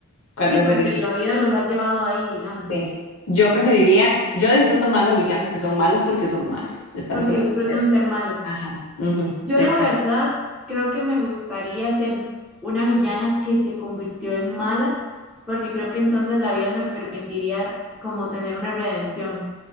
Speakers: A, on the left; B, in the centre.
A: ¿Cuál
B: sí,
A: preferiría?
B: porque la vida los ha llevado ahí, digamos.
A: Sí. Yo preferiría, yo disfruto más los villanos que son malos porque son malos, están
B: Porque
A: en su naturaleza.
B: disfrutan ser malos.
A: Ajá. ujú,
B: Yo
A: Exacto.
B: la verdad creo que me gustaría ser una villana que se convirtió en mala, porque creo que entonces la vida me permitiría como tener una redención.